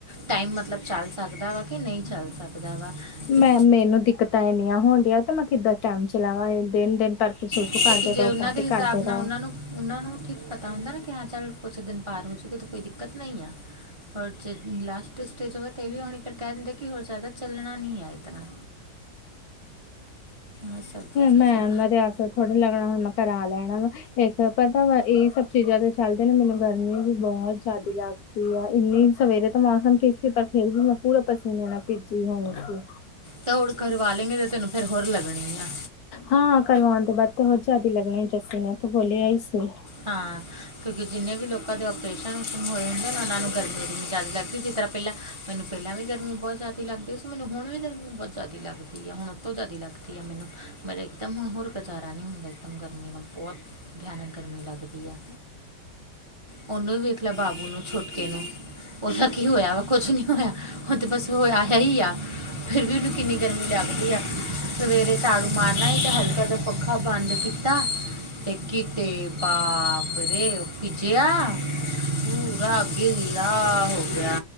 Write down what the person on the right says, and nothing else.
ਟਾਈਮ ਮਤਲਬ ਚੱਲ ਸਕਦਾ ਵਾ ਕਿ ਨਹੀਂ ਚੱਲ ਸਕਦਾ ਵਾ। ਕਿ-
ਕਿਉਂਕਿ
ਜੇ ਉਹਨਾਂ
ਦੇ
ਹਿਸਾਬ ਨਾਲ ਉਹਨਾਂ ਨੂੰ ਉਹਨਾਂ ਨੂੰ ਠੀਕ ਪਤਾ ਹੁੰਦਾ ਨਾ, ਕਿ ਹਾਂ ਚੱਲ ਕੁਛ ਦਿਨ ਪਾਰ ਹੋਜੂਗੇ ਤਾਂ ਕੋਈ ਦਿੱਕਤ ਨਹੀਂ ਆ। ਔਰ ਜੇ ਲਾਸਟ ਸਟੇਜ ਹੋਵੇ ਤੇ, ਇਹ ਵੀ ਹੋਣੀ ਫਿਰ ਕਹਿ ਦਿੰਦੇ ਕਿ, ਹੋਰ ਜ਼ਿਆਦਾ ਚੱਲਣਾ ਨਹੀਂ ਹੈ ਇਤਨਾ ਇਹ ਸਭ ਵੀ ਚੀਜ਼ਾਂ
ਤਾਂ ਹੋੜ ਕਰਵਾ ਲੈਂਗੇ, ਤਾਂ ਤੈਨੂੰ ਫਿਰ ਹੋਰ ਲੱਗਣੇ ਆ।
ਹਾਂ, ਕਿਉਂਕਿ ਜਿੰਨੇ ਵੀ ਲੋਕਾਂ ਦੇ ਓਪਰੇਸ਼ਨ ਉਪਸ਼ੁਨ ਹੋਏ ਹੁੰਦੇ ਨਾ, ਉਹਨਾਂ ਨੂੰ ਗਰਮੀ-ਗਰਮੀ ਜ਼ਿਆਦਾ ਲੱਗਦੀ ਜਿਸ ਤਰ੍ਹਾਂ ਪਹਿਲਾ, ਮੈਨੂੰ ਪਹਿਲਾਂ ਵੀ ਗਰਮੀ ਬਹੁਤ ਜ਼ਿਆਦੀ ਲੱਗਦੀ ਸੀ, ਮੈਨੂੰ ਹੁਣ ਵੀ ਗਰਮੀ ਬਹੁਤ ਜ਼ਿਆਦੀ ਲੱਗਦੀ ਆ, ਹੁਣ ਉਤੋ ਜ਼ਿਆਦੀ ਲੱਗ ਮੈਨੂੰ ਮੇ ਇੱਕਦਮ ਹੁਣ ਹੋਰ ਗੁਜ਼ਾਰਾ ਨਹੀਂ ਹੁੰਦਾ, ਇੱਕਦਮ ਗਰਮੀ ਦਾ ਬਹੁਤ ਧਿਆਨ ਗਰਮੀ ਲੱਗਦੀ ਹੈ ਉਹਨੂੰ ਵੀ ਵੇਖ ਲਿਆ ਬਾਬੂ ਨੂੰ ਛੁਟਕੇ ਨੂੰ। ਉਹਦਾ ਕੀ ਹੋਇਆ ਵਾ ਕੁਛ ਨਹੀਂ ਹੋਇਆ ਉਹ ਤੇ ਬਸ ਹੋਇਆ ਹੈ ਹੀ ਆ। ਫਿਰ ਵੀ ਉਹਨੂੰ ਕਿੰਨੀ ਗਰਮੀ ਲੱਗਦੀ ਆ। ਸਵੇਰੇ ਝਾੜੂ ਮਾਰਨਾ ਤੇ ਹਲਕਾ ਜਿਹਾ ਪੱਖਾ ਬੰਦ ਕੀਤਾ ਤੇ। ਅਤੇ ਬਾਪਰੇ ਭਿੱਜਿਆ। ਪੂਰਾ ਅੱਗੇ ਨੀਲਾ ਹੋ ਗਿਆ।